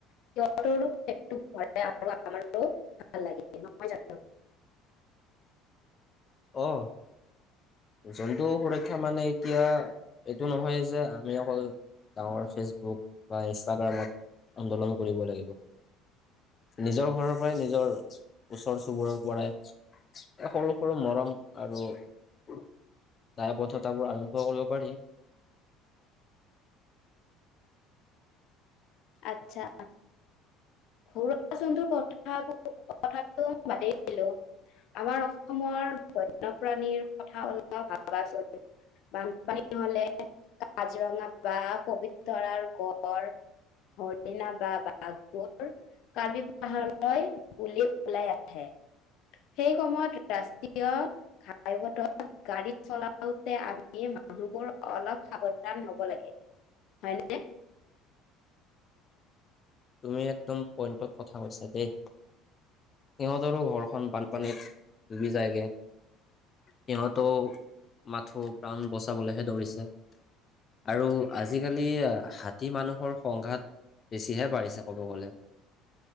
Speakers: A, on the left (about 60°); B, on the left (about 30°).
A: সিহঁতৰো পেটটো ভৰে <unintelligible> ভাল লাগে নহয় জানো।
B: অ'।
A: <inaudible>
B: জন্তু সুৰক্ষা মানে, এতিয়া, এইটো নহয় যে আমি অকল ডাঙৰ ফেচবুক বা ইনষ্টাগ্ৰামত আন্দোলন কৰিব লাগিব। নিজৰ ঘৰৰ পৰাই নিজৰ, ওচৰ চুবুৰৰ পৰাই সৰু সৰু মৰম আৰু, দায়বদ্ধতাবোৰ আৰম্ভ কৰিব পাৰি।
A: <inaudible> আচ্ছা। ঘৰুৱা জন্তুৰ কথাবোৰ, কথাটো বাদেই দিলো। আমাৰ অসমৰ, বন্যপ্ৰাণীৰ কথা অলপ ভাবাচোন। বানপানী হ'লে, কাজৰঙা বা পবিতাৰৰ গড়। হৰিণা বা বাঘবোৰ কাৰ্বি পাহাৰলৈ বুলি ওলাই আহে, সেই সময়ত ৰাষ্ট কিয় ঘাই পথত গাড়ী চলাওতে, আমি মানুহবোৰ অলপ সাৱধান হ'ব লাগে। হয়নে?
B: তুমি একদম পইণ্টত কথা কৈছা দেই। সিহঁতৰো ঘৰখন বানপানীত ডুবি যায়গে। সিহঁতো মাথো, প্ৰাণ বচাবলেহে দৌৰিছে। আৰু আজিকালি, হাতী-মানুহৰ সংঘাত বেছিহে বাঢ়িছে। চে ক'ব গ'লে।